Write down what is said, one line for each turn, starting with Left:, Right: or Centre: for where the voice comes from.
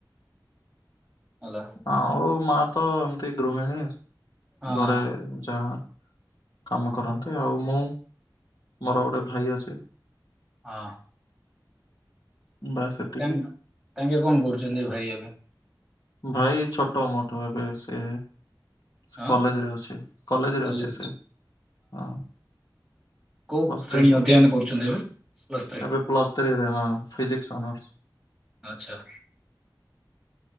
Centre: ଭଲ
Left: ଆଉ ମା ତ ଏମତି ଗୃହିଣୀ।
Centre: ହଁ
Left: ଘରେ ଯାହା କାମ କରନ୍ତି, ଆଉ ମୁଁ ମୋର ଗୋଟେ ଭାଇ ଅଛି
Centre: ହଁ।
Left: ବାସ୍ ସେତିକି
Centre: ତାଙ୍କେ କଣ କରୁଛନ୍ତି ଭାଇ ଏବେ?
Left: ଭାଇ ଛୋଟ ମୋଠୁ, ଏବେ ସେ ସେ
Centre: ହଁ
Left: କଲେଜ ରେ ଅଛି, କଲେଜରେ
Centre: କଲେଜ
Left: ଅଛି ସେ। ହଁ
Centre: କୋଉ
Left: ପ୍ଲସ୍
Centre: ଶ୍ରେଣୀ
Left: ଥ୍ରୀ କରୁଛି,
Centre: ଅଧ୍ୟୟନ କରୁଛନ୍ତି ଏବେ ପ୍ଲସ୍ ଥ୍ରୀ
Left: ଏବେ ପ୍ଲସ ଥ୍ରୀରେ ହଁ ଫିଜିକ୍ସ ଅନର୍ସ
Centre: ଆଛା।